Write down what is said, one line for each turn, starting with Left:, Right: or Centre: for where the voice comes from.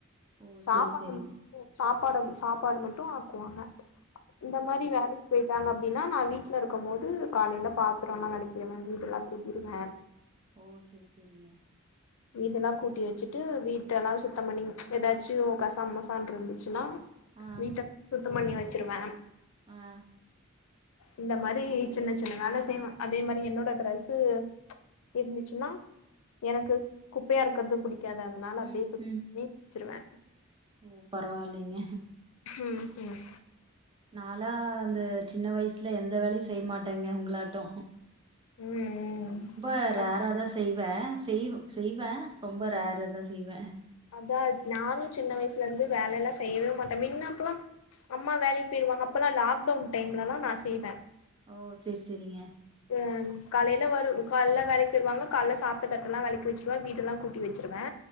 Right: ஓ
Left: சாப்பாடு
Right: சேரி சேரிங்க
Left: மட்டு சாப்பாடம் சாப்பாடு மட்டு ஆக்குவாங்க இந்த மாரி
Right: ஓ
Left: வேல்
Right: சேரி
Left: போய்ட்டாங்க அப்டினா நா வீட்ல இருக்கும் போது காலைல பாத்தரலா வெளக்கிருவே வீடெல்லா கூட்டிருவே
Right: ஓ சேரி சேரிங்க
Left: வீடுலா கூட்டி வெச்சுட்டு வீட்டலா சுத்தம் பண்ணி எதாச்சு கசா முசான் இருந்துச்சுனா
Right: ஆ
Left: வீட்ட சுத்தம் பண்ணி வச்சிருவே
Right: ஆ
Left: இந்த மாரி சின்ன சின்ன வேல செய்வே அதே மாரி என்னோட ட்ரெஸ்ஸு இருந்துச்சுனா எனக்கு குப்பையா இருக்கற்து புடிக்காது அதனால
Right: ம்
Left: அப்டியே சுத்தம்
Right: ம்
Left: பண்ணி வச்சிருவே
Right: ஓ பரவால்லைங்க
Left: ம் ம்
Right: நாளா அந்த சின்ன வயசுல எந்த வேலையு செய்ய மாட்டங்க உங்களாட்டோ
Left: ம் ம்
Right: ரொம்ப ரேரா
Left: அ
Right: தா செய்வே செய்வு செய்வே ரொம்ப ரேரா தா செய்வே
Left: அதாவ்து நானு சின்ன வயசுலருந்து வேலலா செய்யவே மாட்டே மின் அப்றம் அம்மா வேலைக்கு போயிருவாங்க அப்பலா லாக்டவுன் டைம்லலா நா செய்வே
Right: ஓ சேரி சேரிங்க
Left: அ காலைல வரு காலைல வேலைக்கு போய்ருவாங்க கால்ல சாப்ட்ட தட்டெல்லா வெளக்கி வச்சுருவ வீடெல்லா கூட் டி வெச்சிருவே